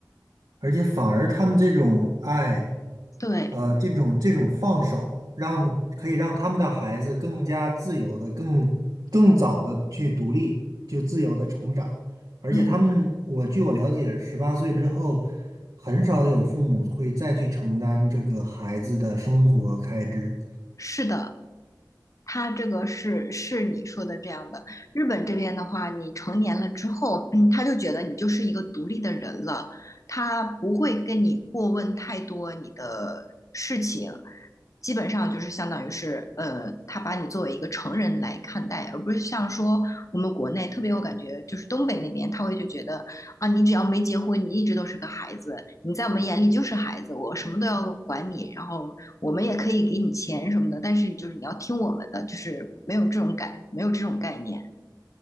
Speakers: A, on the right (about 75°); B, on the left (about 45°).
A: 而且反而他们这种爱，
B: 对，
A: 呃，这种这种放手，让可以让他们的孩子更加自由的、更更早的去独立，就自由的成长。而且他们，
B: 嗯，
A: 我据我了解，十八岁之后，很少有父母会再去承担这个孩子的生活开支。
B: 是的，他这个是是你说的这样的。日本这边的话，你成年了之后，嗯，他就觉得你就是一个独立的人了，他不会跟你过问太多你的事情，基本上就是相当于是，呃，他把你作为一个成人来看待，而不是像说我们国内特别，有感觉就是东北那边他会就觉得啊，你只要没结婚，你一直都是个孩子，你在我们眼里就是孩子，我什么都要管你，然后我们也可以给你钱什么的，但是就是你要听我们的，就是没有这种感，没有这种概念，